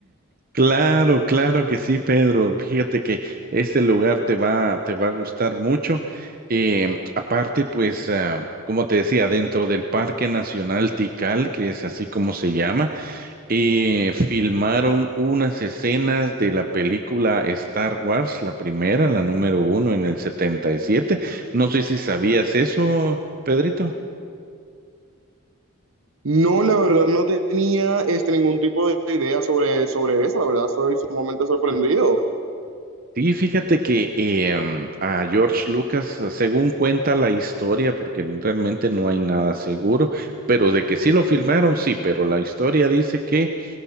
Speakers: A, on the right; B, on the right.
A: Claro, claro que sí, Pedro. Fíjate que este lugar te va, te va a gustar mucho. Eh, aparte, pues, ah, como te decía, dentro del Parque Nacional Tikal, que es así como se llama, eh, filmaron unas escenas de la película Star Wars, la primera, la número uno en el 77. No sé si sabías eso, Pedrito.
B: No, la verdad no tenía este, ningún tipo de idea sobre, sobre eso, la verdad soy sumamente sorprendido.
A: Sí, fíjate que eh, mm, a George Lucas, eh, según cuenta la historia, porque realmente no hay nada seguro, pero de que sí lo filmaron, sí, pero la historia dice que,